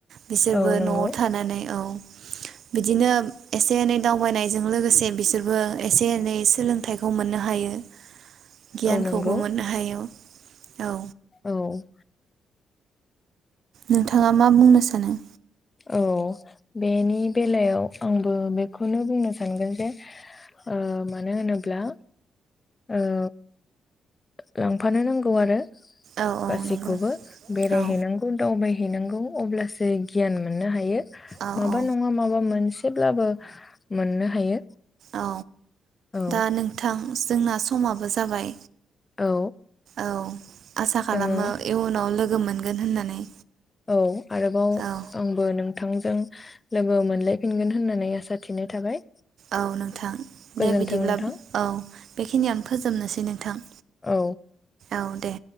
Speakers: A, on the right; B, on the left.
A: बिसोरबो
B: औ नंगौ
A: नआव थानानै औ बिदिनो एसे एनै दावबायनायजों लोगोसे बिसोरबो एसे एनै सोलोंथाइखौ मोननो हायो गियानखौबो
B: औ नंगौ
A: मोननो हायो। औ।
B: औ।
A: नोंथाङा मा बुंनो सानो?
B: औ बेनि बेलायाव आंबो बेखौनो बुंनो सानगोन जे ओ मानो होनोब्ला ओ लांफानो नांगौ आरो।
A: औ औ
B: गासैखौबो
A: नंगौ
B: बेरायहैनांगौ
A: औ
B: दावबाय हैनांगौ अब्लासो गियान मोननो हायो
A: औ
B: माबा
A: औ
B: नङा माबा मोनसेब्लाबो मोननो हायो।
A: औ
B: औ
A: दा नोंथां? जोंना समाबो जाबाय।
B: औ
A: औ आसा खालामो
B: जोङो
A: इयुनाव लोगो मोनगोन गोन होननानै।
B: औ आरोबाव
A: औ
B: आंबो नों थांजों लोगो मोनलायफिनगोन होननानै आसा थिनाय थाबाय।
A: औ नोंथां
B: गोजोन्थों
A: दे बिदिब्ला
B: नोंथां
A: औ। बेखिनियानो फोजोबनोसै नोंथां।
B: औ।
A: औ दे।